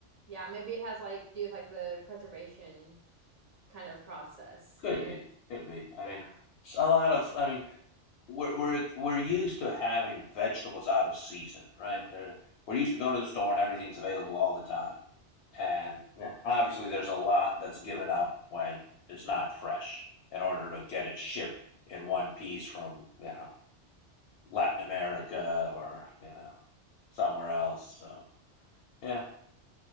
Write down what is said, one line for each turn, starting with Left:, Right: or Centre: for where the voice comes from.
Right: yeah, maybe it has, like, to do with, like, the preservation kind of process,
Left: could
Right: and
Left: be, could be. I
Right: yeah,
Left: mean, a lot of, I mean, we're we're we're used to having vegetables out of season, right? They're, we're used to going to the store and everything's available all the time. And yeah, obviously, there's a lot that's given up when it's not fresh in order to get it shipped in one piece from you know Latin America or you know somewhere else. So yeah,